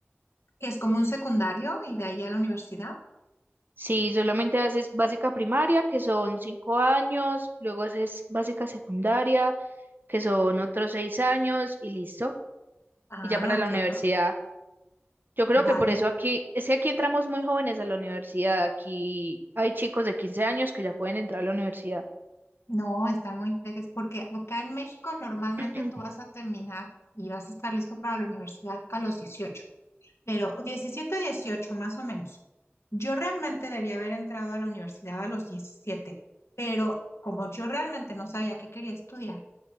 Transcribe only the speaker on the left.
Que es como un secundario y de ahí a la universidad.
Ah,
ok,
correcto.
Vale.
No, están muy peques, porque acá en México normalmente
tú vas a terminar y vas a estar listo para la universidad a los 18, pero 17 18 más o menos. Yo realmente debía haber entrado a la universidad a los 17, pero como yo realmente no sabía qué quería estudiar,